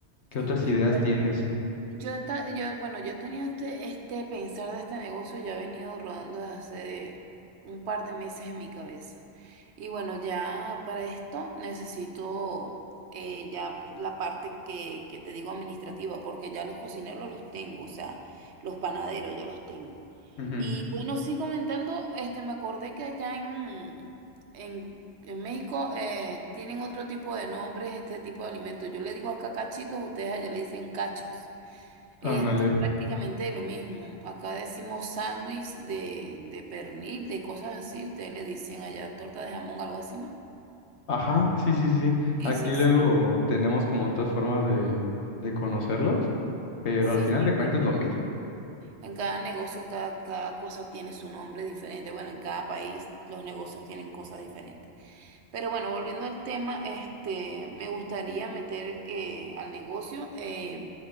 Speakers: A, on the left; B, on the right.
A: ¿Qué
B: sí.
A: otras ideas
B: Bueno,
A: tienes?
B: Yo, ta- yo, bueno, yo he tenido este, este pensar de este negocio, ya he venido rodando desde hace un par de meses en mi cabeza. Y bueno, ya para esto necesito eh, ya la parte que, que te digo administrativa, porque ya los cocineros los tengo, o sea, los panaderos ya los tengo.
A: Ujú,
B: Y bueno, sí comentando, este, me acordé que allá en, en, en México eh, tienen otro tipo de nombres, este tipo de alimentos. Yo le digo acá cachitos, ustedes allá le dicen cachos.
A: Ándale.
B: Es que prácticamente lo mismo. Acá decimos sándwich de, de pernil, de cosas así. Ustedes le dicen allá torta de jamón, algo así, ¿no?
A: Ajá, sí, sí, sí.
B: Sí,
A: Aquí
B: sí,
A: luego
B: sí.
A: tenemos como otras formas de, de conocerlos, pero
B: Sí,
A: al final
B: sí,
A: de cuentas
B: pero
A: es lo mismo.
B: en cada negocio, cada, cada cosa tiene su nombre diferente. Bueno, en cada país los negocios tienen cosas diferentes. Pero bueno, volviendo al tema, este, me gustaría meter eh, al negocio eh,